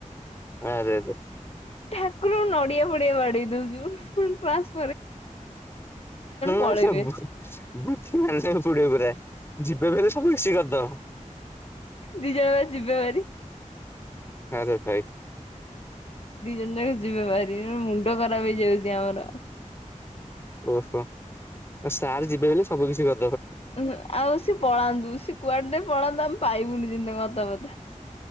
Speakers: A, on the left; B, on the left.
A: ଆରେରେ।
B: ଠାକୁର ନଡିଆ ଫଡିଆ ବାଢେଇ ଦୋଉଚୁ ଫୁଣି କ୍ଲାସ
A: ହୁଁ ମାନେ
B: ପଳେଇବେ
A: ସିଏ ବୁ ମାନେ ବୁଦ୍ଧି ମାନତେ କୁ ପଡିବ ପୁରା ଯିବେ ବିଲେ ସବୁ କିଛି କରିଦବ।
B: ଦି ଜଣଯାଙ୍କ ଜିବେଭାରି।
A: ଛାଡ ଖାଇ
B: ଦି ଜଣ ନାକ ଯିବେଭାରି ଏ ମୁଣ୍ଡ ଖରାପ ହେଇଯାଉଚି ଆମର।
A: ଓହୋ ଆଉ ସାର୍ ଯିବେ ବୋଲି ସବୁ କିଛି କ
B: ଏ ନା ଆଉ ସେ ପଳାନ୍ତୁ ସେ କୁଆଡେ ପଳାନ୍ତୁ ଆମେ ପାଇବୁନି ଯେମିତି ତାଙ୍କ ଅତାପତା।